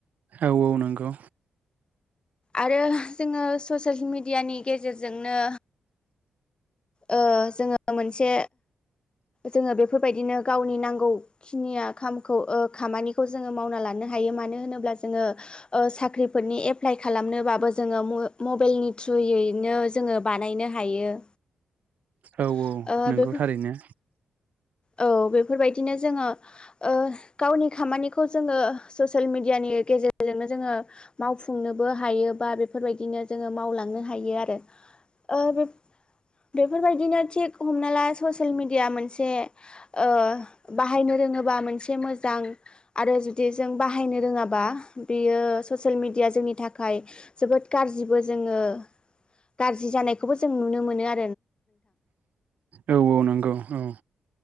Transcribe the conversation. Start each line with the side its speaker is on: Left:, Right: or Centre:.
Right: औ औ नंगौ।
Left: आरो जोङो ससियेल मिडियानि गेजेरजोंनो ओ जोङो मोनसे जोङो बेफोरबायदिनो गावनि नांगौखिनिया खामखौ खामानिखौ जोङो मावना लानो हायो मानो होनोब्ला जोङो ओ साख्रिफोरनि एप्लाइ खालामनोबाबो जोङो म-मबेइलनि थ्रु यैनो जोङो बानायनो हायो।
Right: औ औ
Left: ओ
Right: नोंगौ
Left: बेफोर
Right: थारैनो।
Left: औ बेफोरबायदिनो जोङो ओ गावनि खामानिखौ जोङो ससियेल मिडियानि गेजेरजोंनो जोङो मावफुंनोबो हायो बा बेफोरबायदिनो जोङो मावलांनो हायो आरो। ओ बेफ <inaudible> बेफोरबायदिनो थिग हमना ला ससियेल मिडिया मोनसे ओ बाहायनो रोङोबा मोनसे मोजां आरो जुदि जों बाहायनो रोङाब बा बेयो ससेेइल मिडिया जोंनि थाखाय जोबोद गाज्रिबो जोङो गाज्रि जानायखौबो जों नुनो मोनो आर
Right: औ औ नोंगौ औ।